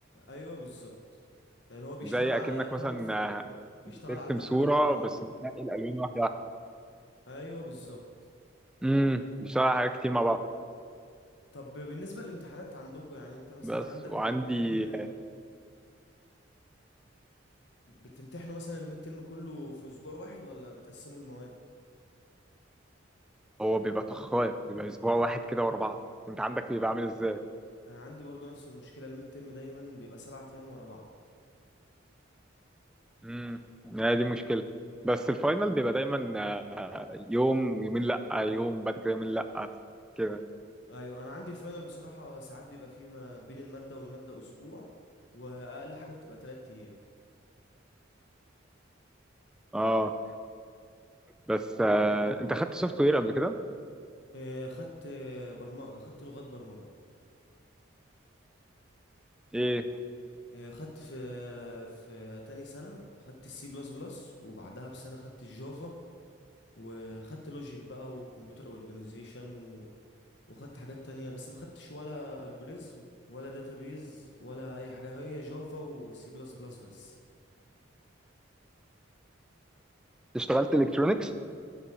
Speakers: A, on the left; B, in the centre.
A: ايوه بالظبط يعني هو بيشتغل
B: زي
A: على
B: اكنك مثلا
A: كام في
B: آه،
A: بيشتغل
B: بترسم
A: على كام
B: صوره
A: حاجه مع بعض
B: بس
A: وكده
B: بتنقي الالوان واحده واحده
A: ايوه بالظبط
B: امم بيشتغل على حاجات كتير مع بعض
A: طب بالنسبة للامتحانات عندكم يعني انت مثلا
B: بس
A: عندك
B: وعندي
A: الميد ترم بتمتحنوا مثلا الميد ترم كله في اسبوع واحد ولا بتقسموا المواد
B: هو بيبقى طخاف بيبقى اسبوع واحد كده ورا بعض انت عندك بيبقى عامل ازاي
A: انا عندي برضو نفس المشكلة الميد ترم دايما بيبقى سبعة ايام ورا بعض
B: امم هي دي مشكله بس الفاينل بيبقى دايما آه، يوم يومين لا يوم بعد كده يومين لا كده
A: ايوه انا عندي الفاينل بصراحة ساعات بيبقى فيه ما بين المادة والمادة اسبوع واقل حاجة بتبقى تلات ايام
B: اه بس آه، انت خدت سوفت وير قبل كده
A: اه، خدت اه، برمجة خدت لغات برمجة
B: ايه
A: اه، خدت في في تاني سنة خدت السي بلس بلس وبعدها بسنة خدت الجافا وخدت لوجيك بقى وكمبيوتر اورجانيزيشن و... وخدت حاجات تانية بس ما خدتش ولا الجوريزم ولا داتابيز ولا اي حاجة هي جافا وسي بلس بلس بس
B: اشتغلت الكترونكس